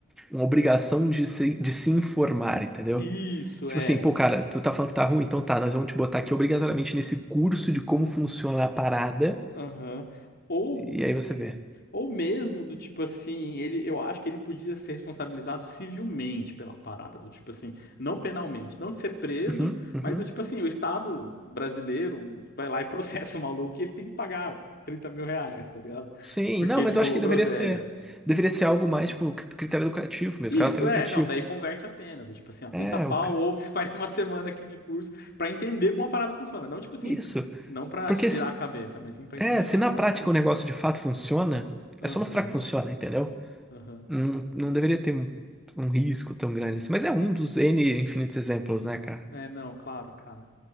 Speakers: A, in the centre; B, on the left (about 50°).
A: uma obrigação de se, de se informar, entendeu?
B: isso,
A: Tipo
B: é.
A: assim, pô, cara, tu tá falando que tá ruim, então tá, nós vamos te botar aqui obrigatoriamente nesse curso de como funciona a parada,
B: Aham. Ou.
A: e aí você vê.
B: Ou mesmo do tipo assim, ele, eu acho que ele podia ser responsabilizado civilmente pela parada, do tipo assim, não penalmente, não de ser preso,
A: Uhum, uhum.
B: mas do tipo assim, o Estado brasileiro vai lá e <laughs> processa o maluco e ele tem que pagar as 30 mil reais, tá ligado?
A: Sim,
B: Porque
A: não,
B: ele
A: mas
B: falou
A: eu acho que deveria
B: groselha.
A: ser, deveria ser algo mais, tipo, cri- critério educativo mesmo,
B: Isso,
A: caráter educativo.
B: é, não, daí converte a pena, do tipo assim, ó, 30
A: É,
B: pau,
A: o ca-
B: ou você <laughs> faz uma semana aqui de curso pra entender como a parada funciona. Não, tipo assim,
A: Isso,
B: não pra
A: porque
B: te virar
A: se,
B: a cabeça, mas sim pra
A: é,
B: entender
A: se
B: como
A: na
B: a parada
A: prática
B: funciona.
A: o negócio de fato funciona,
B: Aham,
A: é só mostrar que funciona, entendeu?
B: aham,
A: Não, não deveria ter um, um risco tão grande assim. Mas
B: aham.
A: é um dos N infinitos exemplos, né, cara?
B: É, não, claro, cara.